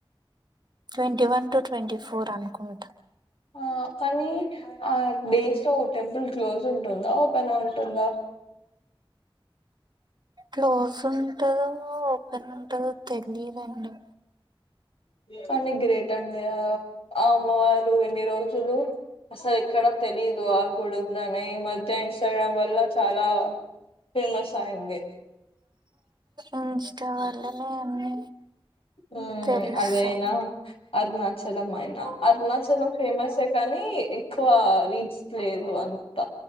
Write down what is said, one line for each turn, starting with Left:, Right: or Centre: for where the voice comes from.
Right: twenty one to twenty four అనుకుంటా
Left: ఆ కానీ ఆ డేస్ లోఓ టెంపుల్ క్లోజ్ ఉంటుందా ఓపెన్ ఉంటుందా
Right: క్లోజ్ ఉంటదో ఓపెన్ ఉంటదో తెలిదండి
Left: కానీ గ్రేట్ అండి ఆ అమ్మవారు ఎన్ని రోజులు అసలు ఇక్కడ తెలీదు ఆ గుడుందనే ఈ మధ్య ఇన్స్టాగ్రామ్ వల్ల చాలా ఫేమస్ అయింది
Right: ఇన్స్టా వల్లనే అన్ని
Left: ఉమ్
Right: తెలుస్తాయి
Left: అదేనా అరుణాచలం అయిన అరుణాచలం ఫేమస్ ఏ కానీ ఎక్కువ రీచ్ లేదు అంత